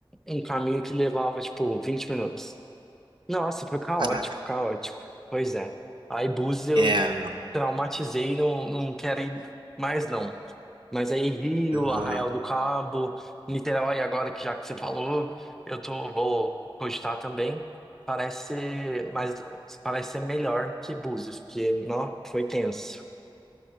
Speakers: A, in the centre; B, on the right.
A: um caminho que levava, tipo, 20 minutos. Nossa, foi caótico,
B: Caraca.
A: caótico. Pois é. Aí Búzios eu
B: É,
A: traumatizei, não, não quero ir mais, não. Mas aí Rio,
B: não.
A: Arraial do Cabo, Niterói, agora que já que você falou, eu tô, vou cogitar também. Parece ser, mas parece ser melhor que Búzios, porque, não, foi tenso.